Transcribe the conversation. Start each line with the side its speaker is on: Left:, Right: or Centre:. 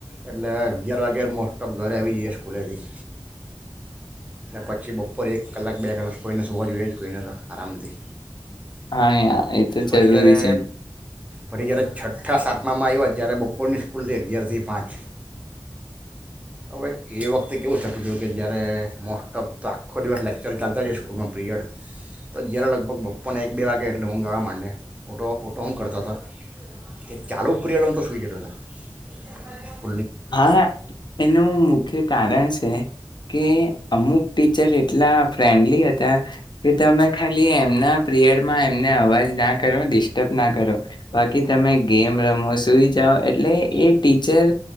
Right: એટલે અગિયાર વાગે મોસ્ટફ ઘરે આવી જઈએ સ્કૂલેથી અને પછી બપોર એક કલાક બે કલાક કોઈને હોવા જોઈએ જ કોઈ ને આરામથી
Left: હા એ તો જરૂરી
Right: ફરી જ્યારે
Left: છે
Right: ફરી જય્યારે છઠ્ઠા સાતમામાં આવ હો ત્યારે બપોરની સ્કૂલથી અગિયાર થી પાંચ હવે એ વખતે કેવું થતું હતયું કે જયારે મોસ્ટ ઓફ તો આખો દિવસ લેક્ચર ચાલતા જ સ્કૂલમાં પીરિયડ તો જય્યારે લગભગ બપોરને એક બે વાગે <unintelligible> <unintelligible> <inaudible>
Left: હા એનું મુખ્ય કારણ છે કે અમુક ટીચર એટલા ફ્રેન્ડલી હતા કે તમે ખાલી એમ ના પીરિયડમાં એમને અવાજ ના કરો ડિસ્ટર્બ ના કરો બાકી તમે ગેમ રમો સુઈ જાઓ એટલે એ ટીચર